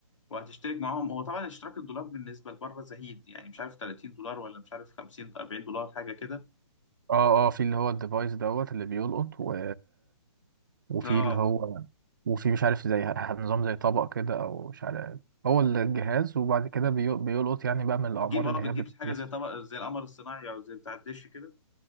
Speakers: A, on the left (about 80°); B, on the right (about 40°).
A: وهتشترك معاهم هو طبعا اشتراك الدولار بالنسبه لبره زهيد يعني مش عارف 30 دولار ولا مش عارف 50 40 دولار حاجه كده
B: اه اه في اللي هو الديفايس دوت اللي بيلقط و وفي
A: اه
B: اللي هو وفي مش عارف زي ه- نظام زي طبق كده او مش عارف هو الجهاز وبعد كده بيو- بيلقط يعني بقى من الاعمار
A: بتجيب اه
B: اللي
A: بتجيب
B: هي بتجس
A: حاجه زي طبق زي القمر الصناعي او زي بتاع الدش كده